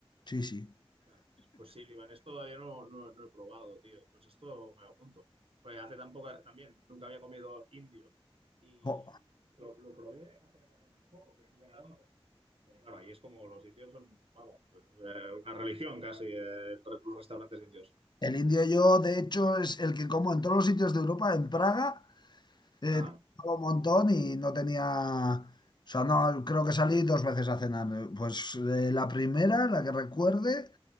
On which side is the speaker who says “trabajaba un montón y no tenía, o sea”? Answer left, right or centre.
Left